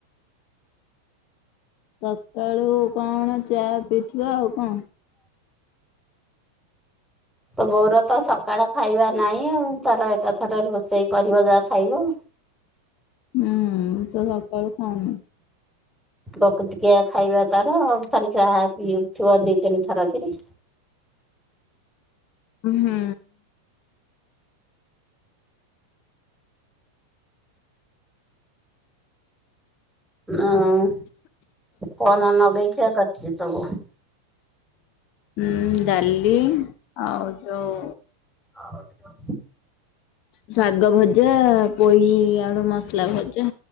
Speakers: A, on the left; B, in the centre.
A: ସକାଳୁ କଣ ଚା ପିଇଥିବ ଆଉ କଣ?
B: ତ ବୋଉରତ ସକାଳ ଖାଇବା ନାହିଁ ଆଉ। ତାର ଏକାଥରେ ରୋଷେଇ କରିବ ଯାହା ଖାଇବ।
A: ହୁଁ ତ ସକାଳ ଖାଏନି?
B: ବକତକିଆ ଖାଇବା ତାର ଆଉ ଖାଲି ଚାହା ପିଉଥିବ। ଦି ତିନି ଥରକିରି।
A: ହୁଁ।
B: ଆଉ କଣ ନଗେଇ ଖୀଆ କରଛି ତୋ ବୋଉ।
A: ଉଁ ଡାଲି ଆଉ ଯୋଉ
B: ଆଉ କଣ?
A: ଶାଗ ଭଜା ପୋଇ ଆଳୁ ମସଲା ଭଜା